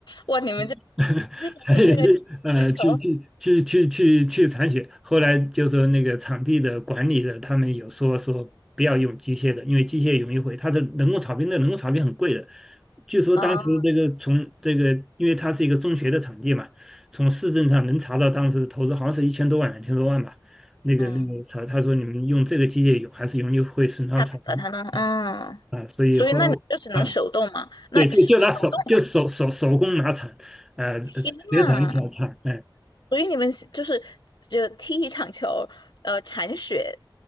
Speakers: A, on the left; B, in the centre.
A: 哇，你们这
B: <laughs>
A: 这是为为了踢足球
B: 残血去呃去去去去去去铲血。后来就说那个场地的管理的，他们有说说不要用机械的，因为机械容易毁。它的人工草坪，那人工草坪很贵的。据说当时这个从这个，
A: 啊？
B: 因为它是一个中学的场地嘛，从市政上能查到当时的投资好像是一千多万、两千多万吧。那个那个草，
A: 嗯，
B: 他说你们用这个机械有还是容易会损伤草坪
A: 他把他弄，嗯，
B: 啊，所以后来。
A: 所以那你就只能手动嘛？
B: 啊
A: 那手手动，
B: 对，就就拿手就手手手工拿铲，呃，
A: 天呐！
B: 别铲小铲，哎，
A: 所以你们是就是就踢一场球，呃，铲雪